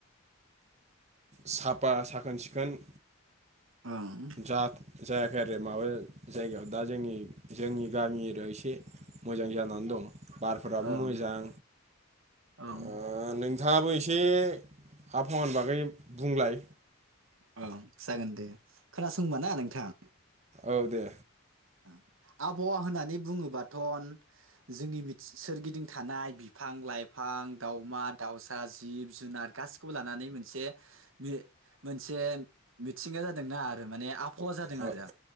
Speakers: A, on the right; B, on the right.
A: साफा साखोन सिखोन
B: ओम
A: जा जायाखै आरो माबा जायगायाव दा जोंनि जोंनि गामि एरियाव एसे मोजां जानानै दं। बारफोराबो
B: ओं
A: मोजां।
B: ओं
A: ओ नों नोंथाङाबो एसे आबहावानि बागै बुंलाय।
B: औ जागोन दे। खोनासं ओमबा ना नोंथां।
A: औ दे
B: ओं आबहावा होननानै बुङोबाथ'न जोंनि बि सोरगिदिं थानाय बिफां लाइफां आं दाउमा दाउसा, जिब जुनार, गासिखौबो लानानै मोनसे बे मोनसे मिथिंगा जादोंना आरो माने आबहावा जादों
A: औ
B: आरो